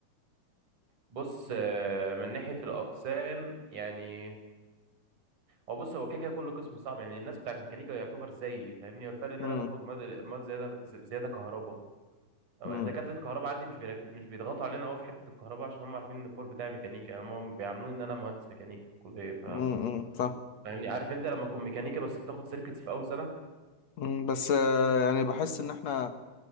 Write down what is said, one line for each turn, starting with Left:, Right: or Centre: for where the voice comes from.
Right: بص آه، من ناحية الأقسام يعني هو بص هو كده كده كل قسم صعب يعني الناس بتاعت ميكانيكا يعتبر زيي فاهمني والفرق إن
Left: امم
Right: أنا باخد مواد مواد زيادة زيادة كهرباء أما
Left: امم
Right: دكاترة الكهرباء عندي مش بيرك... مش بيضغطوا علينا قوي في حتة الكهرباء عشان هم عارفين إن الكور بتاعي ميكانيكا يعني هم بيعاملوني إن أنا مهندس ميكانيكا في الكلية ف
Left: امم فاهم
Right: فاهمني عارف أنت لما تكون ميكانيكا بس بتاخد سيركتس في أول سنة
Left: مم. بس آه، يعني بحس إن إحنا